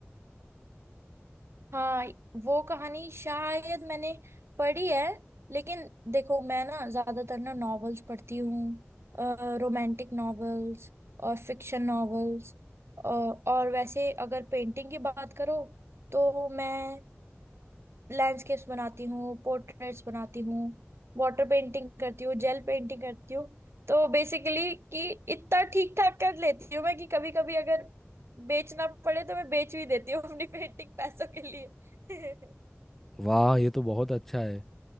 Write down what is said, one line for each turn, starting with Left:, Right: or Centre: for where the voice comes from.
Right: हाँ वो कहानी शायद मैंने पढ़ी है लेकिन देखो मैं ना ज्यादातर ना नॉवेल्स पढ़ती हूँ रोमांटिक नॉवेल्स और फिक्शन नॉवेल्स और वैसे अगर पेंटिंग की बात करो तो मैं लैंडस्केप्स बनाती हूँ पोर्ट्रेट्स बनाती हूँ वाटर पेंटिंग करती हूँ जेल पेंटिंग करती हूँ तो बेसिकली कि इतना ठीक ठाक कर लेती हूँ मैं कि कभी कभी अगर बेचना पड़े तो मैं बेच भी देती हूँ अपनी पेंटिंग पैसों के लिए <laughs>
Centre: वाह ये तो बहुत अच्छा है